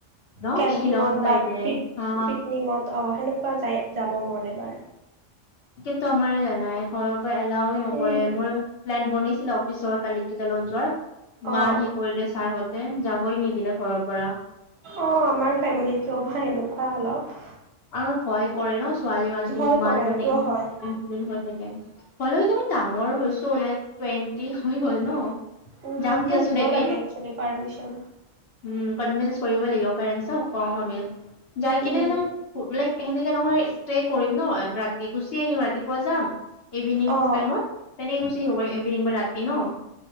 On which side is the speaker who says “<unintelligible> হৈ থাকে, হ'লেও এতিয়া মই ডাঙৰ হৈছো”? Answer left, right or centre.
Left